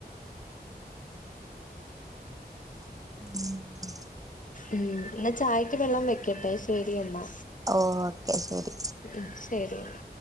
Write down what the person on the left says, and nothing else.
ഉം എന്നാ ചായക്ക് വെള്ളം വെക്കട്ടെ ശെരി എന്നാ
മ് ശരി എന്ന